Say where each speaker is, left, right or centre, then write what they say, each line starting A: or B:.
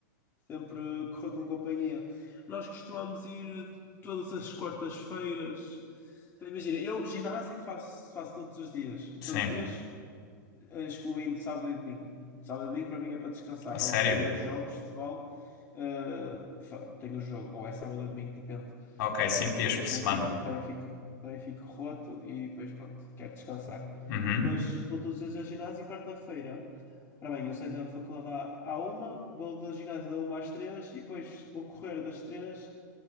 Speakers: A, on the left; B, on the left.
A: sempre correr com companhia. Nós costumamos ir todas as quartas-feiras. Então, imagina, eu ginásio faço, faço todos os dias.
B: sim,
A: Todos os dias eh, excluindo sábado e domingo. Sábado e domingo para mim é para descansar.
B: a sério?
A: Ou se tiver jogos de futebol, eh, fa- tenho o jogo. Ou é sábado ou domingo, depende.
B: Ok, cinco dias
A: Porque depois
B: por semana.
A: também fico, também fico, também fico roto e depois pronto, quero descansar.
B: Uhum,
A: Mas vou todos os dias ao ginásio e quarta-feira. Ora bem, eu saio da faculdade à, à uma, vou da ginásio da uma às três e depois vou correr das três